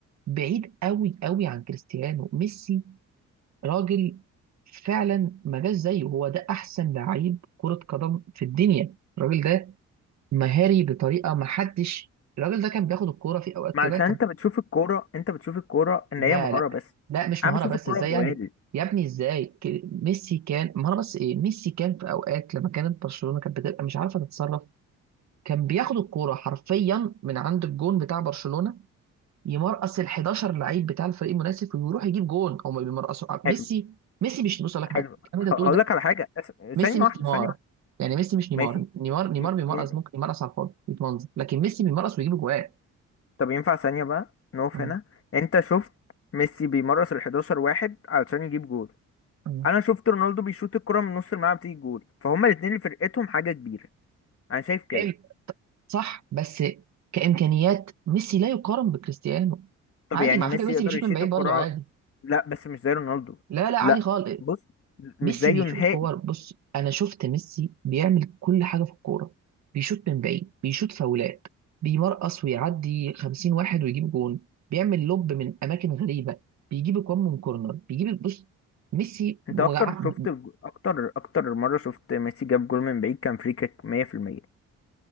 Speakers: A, on the right; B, on the left.
A: بعيد قوي قوي عن كريستيانو ميسي راجل فعلا ما جاش زيه هو ده احسن لعيب كره قدم في الدنيا الراجل ده مهاري بطريقه ما حدش الراجل ده كان بياخد الكوره في اوقات
B: ما
A: كده
B: عشان
A: كان
B: انت بتشوف الكوره انت بتشوف الكوره ان
A: لا
B: هي مهاره
A: لا
B: بس
A: لا مش
B: انا
A: مهاره
B: بشوف
A: بس
B: الكوره
A: ازاي
B: جوال
A: يعني يا ابني ازاي ك- ميسي كان مهاره بس ايه ميسي كان في اوقات لما كانت برشلونه كانت بتبقى مش عارفه تتصرف كان بياخد الكوره حرفيا من عند الجون بتاع برشلونه يمرقص ال 11 لعيب بتاع الفريق المنافس ويروح يجيب جون او ما بيمرقصوا آه، ميسي
B: حلو
A: ميسي مش بص أقول
B: حلو
A: لك حاجه الكلام اللي أنت
B: هقول
A: بتقوله ده
B: لك على حاجه أس...
A: ميسي
B: ثانيه
A: مش
B: واحده
A: نيمار
B: ثانيه واحده
A: يعني ميسي مش نيمار
B: ماشي
A: نيمار نيمار
B: ي-
A: بيمرقص
B: ي-
A: ممكن يمرقص على الفاضي يتمنظر لكن ميسي بيمرقص ويجيب جوان
B: طب ينفع ثانيه بقى نقف
A: مم.
B: هنا انت شفت ميسي بيمرس ال 11 واحد علشان يجيب جول
A: مم.
B: انا شفت رونالدو بيشوط الكرة من نص الملعب تيجي جول فهما الاثنين اللي فرقتهم حاجه كبيره انا شايف كده
A: حلو صح بس كامكانيات ميسي لا يقارن بكريستيانو
B: طب
A: عادي
B: يعني
A: مع
B: ميسي
A: فكره ميسي
B: يقدر
A: بيشوط
B: يشيط
A: من بعيد
B: الكرة
A: برضه عادي
B: لا بس مش زي رونالدو
A: لا لا عادي
B: لا
A: خالص
B: بص
A: ميسي
B: مش زيه
A: بيشوط
B: نهائي
A: كور بص انا شفت ميسي بيعمل كل حاجه في الكوره بيشوط من بعيد بيشوط فاولات بيمرقص ويعدي 50 واحد ويجيب جون بيعمل لوب من اماكن غريبه بيجيب اجوان من كورنر بيجيب بص ميسي
B: انت
A: وقع
B: اكتر شفت جو- اكتر اكتر مرة شفت ميسي جاب جول من بعيد كان فري كيك 100%